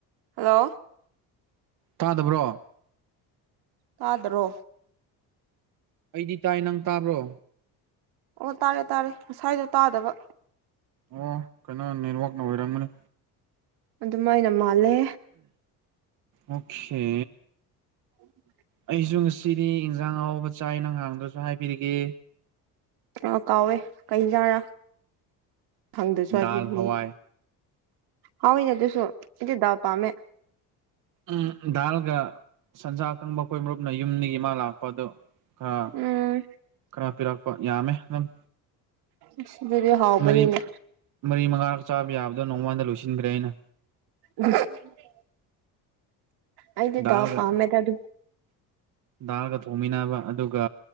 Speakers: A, on the right (about 75°); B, on the right (about 55°).
A: ꯍꯜꯂꯣ
B: ꯇꯥꯗꯕ꯭ꯔꯣ
A: ꯇꯥꯗ꯭ꯔꯣ
B: ꯑꯩꯗꯤ ꯇꯥꯏ ꯅꯪ ꯇꯥꯕ꯭ꯔꯣ
A: ꯑꯣ ꯇꯥꯔꯦ ꯇꯥꯔꯦ ꯉꯁꯥꯏꯗꯣ ꯇꯥꯗꯕ
B: ꯑꯣ ꯀꯩꯅꯣ ꯅꯦꯠꯋꯥꯛꯅ ꯑꯣꯏꯔꯝꯒꯅꯤ
A: ꯑꯗꯨꯃꯥꯏꯅ ꯃꯥꯜꯂꯦ
B: ꯑꯣꯁꯦ
A: ꯎ
B: ꯑꯩꯁꯨ ꯉꯁꯤꯗꯤ ꯏꯟꯖꯥꯡ ꯑꯍꯥꯎꯕ ꯆꯥꯏ ꯅꯪꯍꯥꯡꯗꯁꯨ ꯍꯥꯏꯕꯤꯔꯒꯦ
A: ꯑ ꯀꯥꯎꯋꯦ ꯀꯩꯖꯥꯔꯥ ꯈꯪꯗꯁꯨ
B: ꯗꯥꯜ
A: ꯍꯥꯏꯕꯤꯕꯤ
B: ꯍꯋꯥꯏ
A: ꯍꯥꯎ ꯏꯅꯦ ꯑꯗꯨꯁꯨꯣ ꯏꯗꯤꯗꯕ ꯄꯥꯝꯃꯦ
B: ꯎꯝ ꯗꯥꯜꯒ ꯁꯟꯖꯥꯒꯪ ꯃꯈꯣꯏ ꯃꯔꯨꯞꯅ ꯌꯨꯝꯅꯤꯒꯤ ꯏꯃꯥ ꯂꯥꯛꯄ ꯑꯗꯨ ꯈꯔ
A: ꯎꯝ
B: ꯈꯔ ꯄꯤꯔꯛꯄ ꯌꯥꯝꯃꯦ ꯑꯗꯨꯝ
A: ꯏꯁ ꯑꯗꯨꯗꯤ ꯍꯥꯎꯕꯅꯤꯅꯦ
B: ꯃꯔꯤ ꯃꯔꯤ ꯃꯉꯥꯔꯛ ꯆꯥꯕ ꯌꯥꯕꯗꯣ ꯅꯣꯡꯃꯗ ꯂꯣꯏꯁꯤꯟꯒ꯭ꯔꯦ ꯑꯩꯅ
A: ꯑꯍꯨꯡ ꯍꯨꯐ ꯑꯩꯗꯤꯗꯥꯎ
B: ꯗꯥꯜꯒ
A: ꯄꯥꯝꯃꯦꯗ ꯑꯗꯨ
B: ꯗꯥꯜꯒ ꯊꯣꯡꯃꯤꯟꯅꯕ ꯑꯗꯨꯒ